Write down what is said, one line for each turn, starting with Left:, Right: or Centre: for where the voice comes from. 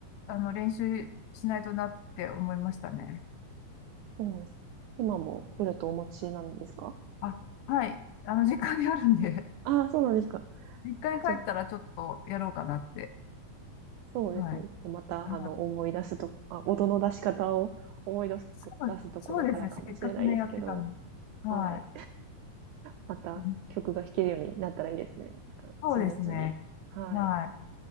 Left: あの、練習しないとなって思いましたね。
Right: そうなんです。今もフルートお持ちなんですか
Left: あ、はい。あの、実家にあるんで、<laughs>
Right: ああー、そうなんですか。
Left: 実家に帰ったらちょっとやろうかなって。
Right: じゃ、そうですね。
Left: はい。
Right: ちょっとまた、
Left: あ、
Right: あの、思い出すと、あ、音の出し方を思い出すと、
Left: そう、
Right: 出すところからかもしれないですけど、
Left: そうですね。せっかくね、やってたんで。はい。
Right: はい。また曲が弾けるようになったらいいですね。
Left: うん
Right: なんかスムーズに。
Left: そうですね。
Right: はい。
Left: はい